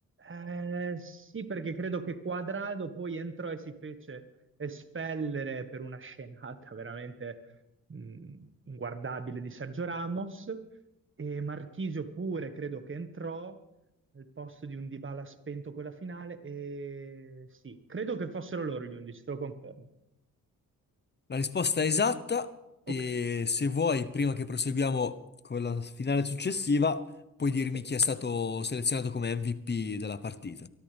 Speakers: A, on the right; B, on the left.
A: Eh, sì, perché credo che Quadrado poi entrò e si fece espellere per una scenata veramente mh, inguardabile di Sergio Ramos e Marchisio pure credo che entrò al posto di un Dybala spento quella finale e sì, credo che fossero loro gli undici, te lo confermo.
B: La risposta è esatta e
A: Ok,
B: se vuoi, prima che proseguiamo con la finale successiva, puoi dirmi
A: sì.
B: chi è stato selezionato come MVP della partita.